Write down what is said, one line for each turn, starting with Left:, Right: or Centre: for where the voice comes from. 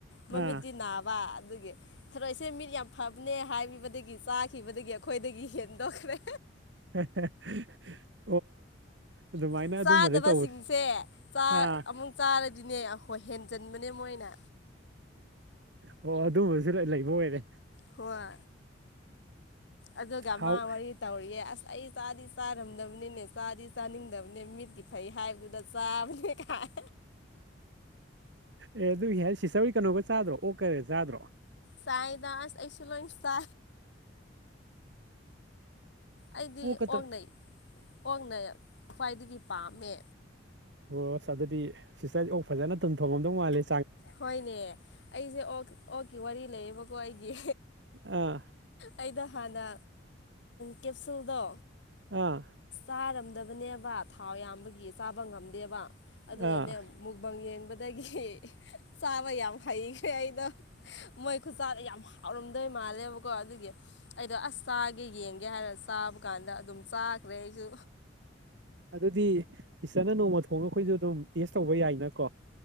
Left: ꯃꯃꯤꯠꯇꯤ
Right: ꯑꯥ
Left: ꯅꯥꯕ ꯑꯗꯨꯒꯤ ꯊꯔꯛ ꯏꯁꯦ ꯃꯤꯠ ꯌꯥꯝ ꯐꯕꯅꯦ ꯍꯥꯏꯕꯗꯒꯤ ꯆꯥꯈꯤꯕꯗꯒꯤ ꯑꯩꯈꯣꯏꯗꯒꯤ ꯍꯦꯟꯗꯣꯛꯈ꯭ꯔꯦ
Right: <unintelligible> ꯑꯗꯨꯃꯥꯏꯅ
Left: ꯎ ꯆꯥꯗꯕꯁꯤꯡꯁꯦ
Right: ꯑꯗꯨꯝꯕꯗꯤ ꯇꯧꯋꯦ ꯑꯥ
Left: ꯑꯃꯨꯛ ꯆꯥꯔꯗꯤꯅꯦ ꯍꯣꯏ ꯍꯦꯟꯖꯤꯟꯕꯅꯦ ꯃꯣꯏꯅ
Right: ꯑꯣ ꯑꯗꯨꯝꯕꯁꯨ ꯂꯩꯕ ꯑꯣꯏꯔꯦ
Left: ꯍꯣꯏ ꯑꯗꯨꯒ
Right: ꯍꯥꯎ
Left: ꯑꯃ ꯋꯥꯔꯤ ꯇꯧꯔꯤꯌꯦ ꯑꯁ ꯑꯩ ꯆꯥꯗꯤ ꯆꯥꯔꯝꯗꯕꯅꯤꯅꯦ ꯆꯥꯗꯤ ꯆꯥꯅꯤꯡꯗꯕꯅꯤ ꯃꯤꯠꯀꯤ ꯐꯩ ꯍꯥꯏꯕꯗꯨꯗ ꯆꯥꯕꯅꯦ ꯈꯥꯏ
Right: ꯑꯦ ꯑꯗꯨꯒꯤ ꯍꯥꯏ ꯁꯤꯆꯧꯔꯤ ꯀꯩꯅꯣꯒ ꯆꯥꯗ꯭ꯔꯣ ꯑꯣꯛ ꯀꯔꯤ ꯆꯥꯗ꯭ꯔꯣ
Left: ꯁꯏꯗꯥꯁ ꯑꯩꯁꯨꯂꯣ ꯁ ꯑꯩꯗꯤ
Right: ꯑꯣꯛꯀꯇ
Left: ꯑꯣꯅ ꯑꯣꯅ ꯈ꯭ꯋꯥꯏꯗꯒꯤ ꯄꯥꯝꯃꯦ
Right: ꯑꯣꯁ ꯑꯗꯨꯗꯤ ꯁꯤꯇꯥꯏ ꯑꯣ ꯐꯖꯅ ꯇꯨꯝꯊꯣꯡꯐꯝꯝꯗꯧ ꯃꯥꯂ
Left: ꯍꯣꯏꯅꯦ ꯑꯩꯁꯦ ꯑꯣ ꯑꯣꯛꯀꯤ ꯋꯥꯔꯤ ꯂꯩꯌꯦꯕꯀꯣ ꯑꯩꯒꯤ
Right: ꯑꯥ
Left: ꯑꯩꯗ ꯍꯥꯟꯅ ꯀꯦꯞꯁꯨꯜꯗꯣ
Right: ꯑꯥ
Left: ꯆꯥꯔꯝꯗꯕꯅꯦꯕ ꯊꯥꯎ ꯌꯥꯝꯕꯒꯤ ꯆꯥꯕ ꯉꯝꯗꯦꯕ ꯑꯗꯨꯒꯅꯦ
Right: ꯑꯥ
Left: ꯃꯨꯛꯕꯥꯪ ꯌꯦꯟ ꯕꯗꯒꯤ ꯆꯥꯕ ꯌꯥꯝ ꯍꯩꯈ꯭ꯔꯦ ꯑꯩꯗꯣ
Right: <unintelligible>
Left: ꯃꯣꯏ ꯈꯨꯠꯆꯥꯥꯗ ꯌꯥꯝ ꯍꯥꯎꯔꯝꯗꯣꯏ ꯃꯥꯜꯂꯦꯕꯀꯣ ꯑꯗꯨꯒꯤ ꯑꯩꯗꯣ ꯑꯁ ꯆꯥꯒꯦ ꯌꯦꯡꯒꯦ ꯍꯥꯏꯔ ꯆꯥꯕ ꯀꯥꯟꯗ ꯑꯗꯨꯝ ꯆꯥꯈ꯭ꯔꯦ ꯑꯩꯁꯨ
Right: ꯑꯗꯨꯗꯤ ꯁꯤꯇꯔꯅ ꯅꯣꯡꯃ ꯊꯣꯡꯉ ꯑꯩꯈꯣꯏꯁꯨ ꯑꯗꯨꯝ ꯑꯦꯁ ꯇꯧꯕ ꯌꯥꯏ ꯅꯠꯇ꯭ꯔꯣ